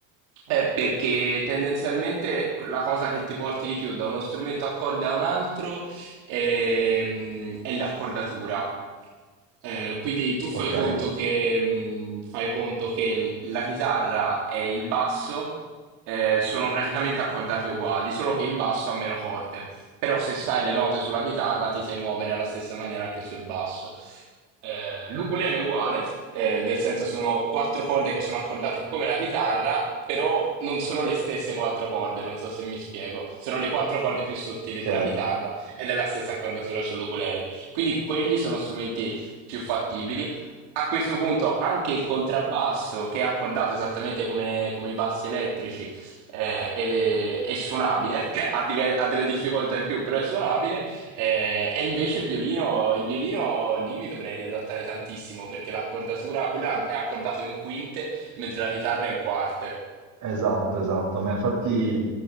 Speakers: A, on the right; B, on the right.
A: eh, perché tendenzialmente la cosa che ti porti di più da uno strumento a corde a un altro ehm, è l'accordatura. Eh, quindi tu
B: Ok,
A: fai conto che, mh, fai conto che la chitarra e il basso eh, sono praticamente accordate uguali, solo che il basso ha meno corde però se sai le note sulla chitarra ti sai muovere alla stessa maniera anche sul basso. Eh, l'ukulele è uguale, eh, nel senso sono quattro corde che sono accordate come la chitarra, però non sono le stesse quattro corde, non so se mi spiego, sono le quattro corde più sottili
B: ok.
A: della chitarra ed è la stessa accordatura sull'ukulele. Quindi quelli sono strumenti più fattibili. A questo punto anche il contrabbasso, che è accordato esattamente come, come i bassi elettrici, eh, è, è suonabile, cioè ha, dive- ha delle difficoltà in più, però è suonabile. eh, e invece il violino, il violino lì mi dovrei riadattare tantissimo perché l'accordatura, quella è accordato in quinte, mentre la chitarra è in quarte.
B: Esatto, esatto, ma infatti